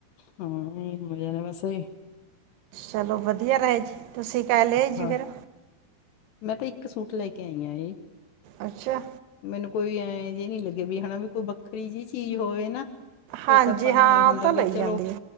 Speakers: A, on the left; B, on the right.
A: ਹੂੰ <unintelligible> ਵੈਸੇ
B: ਚਲੋ ਵਧੀਆ ਰਹੇ ਤੁਸੀ ਕਾ ਲਏ ਜੀ
A: ਹਾਂ
B: ਫੇਰ?
A: ਮੈਂ ਤੇ ਇੱਕ ਸੂਟ ਲੈ ਕੇ ਆਈ ਆਂ ਏ।
B: ਅੱਛਾ।
A: ਮੈਨੂੰ ਕੋਈ ਐਂ ਜੀ ਨੀ ਲੱਗੇ ਵੀ ਹੈਨਾ ਵੀ ਕੋ ਵੱਖਰੀ ਜੀ ਚੀਜ਼ ਹੋਵੇ ਨਾ। ਫੇਰ
B: ਹਾਂਜੀ
A: ਤਾਂ ਆਪਾਂ
B: ਹਾਂ
A: ਨੂੰ ਐਂ ਹੁੰਦਾ
B: ਉਹ ਤਾਂ ਲਈ
A: ਵੀ ਚਲੋ
B: ਜਾਂਦੀ ਹੈ